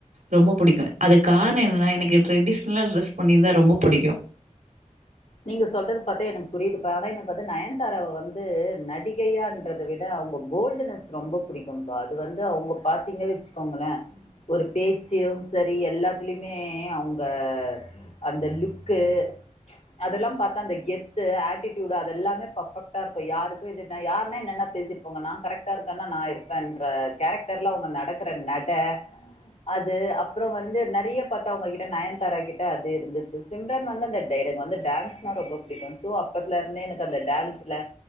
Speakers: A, on the right; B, on the left.
A: ரொம்ப புடிக்கு அதுக்கு கார்ண என்ன எனக்கு ட்ரெடிஷ்னலா டிரஸ் பண்ணிருந்த ரொம்ப புடிக்கு
B: நீங்க சொல்றது பாத்தே எனக்கு புரீதுப்பா ஆனா எனக்கு வந்து நயன்தாரவ வந்து நடிகையான்றத விட அவங்க போல்டுனஸ் ரொம்ப புடிக்கும்பா அது வந்து அவங்க பாத்தீங்க வச்சுக்கோங்களே ஒரு பேச்சி சரி எல்லாத்துலயுமே அவங்க அந்த லுக்கு அதெல்லாம் பாத்தா அந்த கெத்து அட்டிட்யூடு அதெல்லாமே பர்ஃபெக்டா இருக்கு யாருக்கு இது யாருனா என்னன்ன பேசி இப்ப அவங்க நான் கரெக்டா இருக்கன்னா நான் இருப்பேன்ற கேரக்டர்ல அவுங்க நடக்குற நட அது அப்ற வந்து நெறைய பாத்தவ உங்ககிட்ட நயன்தாரா கிட்ட அது இருந்துச்சி சிம்ரன் வந்து அந்த டைடங் வந்து டான்ஸ்னா ரொம்ப புடிக்கு சோ அப்பத்ல இருந்தே எனக்கு அந்த டான்ஸ்ல